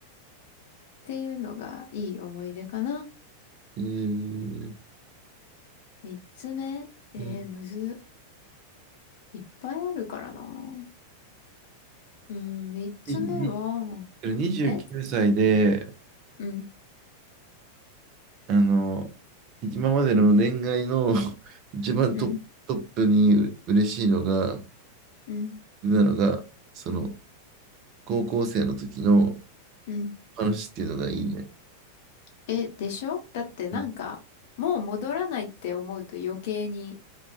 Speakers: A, on the left (about 50°); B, on the right (about 40°).
A: ていうのがいい思い出かな。
B: えー、
A: 三つ目。えー、
B: うん。
A: むず。いっぱいあるからな。うん、三つ目は、
B: いいけど29歳で、
A: えうん、
B: あの、今までの恋愛の <laughs> 一番トップ、
A: うん、
B: トップにう嬉しいのが、
A: うん、
B: なのが、その、高校生の時の
A: うん。
B: 話っていうのがいいね。
A: え、でしょだってなんか、
B: うん
A: もう戻らないって思うと余計に